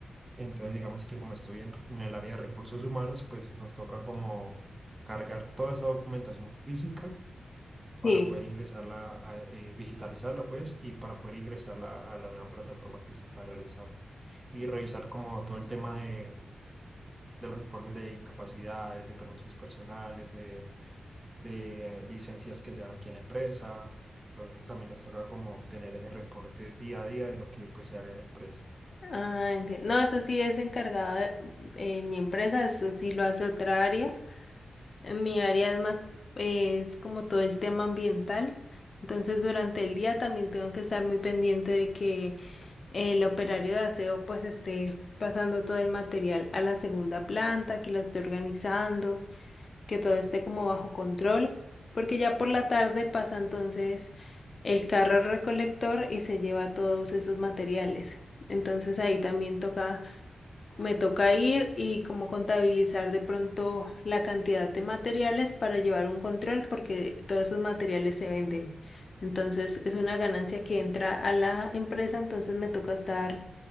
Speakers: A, on the right; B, on the left.
A: Entonces, digamos que como estoy en, en el área de recursos humanos, pues nos toca como cargar toda esa documentación física para
B: sí.
A: poder ingresarla, a- eh, digitalizarla pues, y para poder ingresarla a la nueva plataforma que se está realizando. Y revisar como todo el tema de, de los informes de incapacidades, de permisos personales, de, de eh, licencias que se dan aquí en la empresa. Entonces también nos toca como tener ese reporte día a día de lo que pues se haga en la empresa.
B: Ah, enti- No, eso sí es encargado de en mi empresa, eso sí lo hace otra área. En mi área es más, eh, es como todo el tema ambiental. Entonces, durante el día también tengo que estar muy pendiente de que el operario de aseo pues esté pasando todo el material a la segunda planta, que lo esté organizando. que todo esté como bajo control, porque ya por la tarde pasa entonces el carro recolector y se lleva todos esos materiales. Entonces ahí también toca, me toca ir y como contabilizar de pronto la cantidad de materiales para llevar un control porque todos esos materiales se venden. Entonces es una ganancia que entra a la empresa, entonces me toca estar